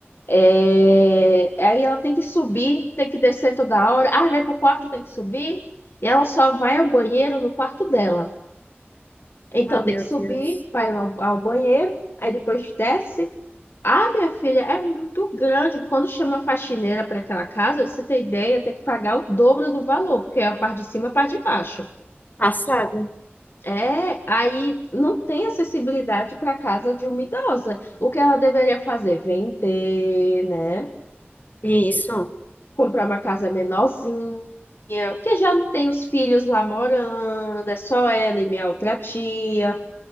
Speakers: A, on the left; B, on the left.
A: é... aí ela tem que subir, tem que descer toda hora. Ah, vai pro quarto, tem que subir. E ela só vai ao banheiro no quarto dela. Então
B: ah,
A: tem
B: meu
A: que subir,
B: Deus.
A: vai ao ao banheiro, aí depois desce. Ah, minha filha, é muito grande. Quando chama a faxineira para aquela casa, você tem ideia, tem que pagar o dobro do valor, porque é a parte de cima e a parte de baixo.
B: Passada.
A: É, aí não tem acessibilidade para a casa de uma idosa. O que ela deveria fazer? Vender, né?
B: Isso.
A: Comprar uma casa menorzinha, que já não tem os filhos lá morando, é só ela e minha outra tia.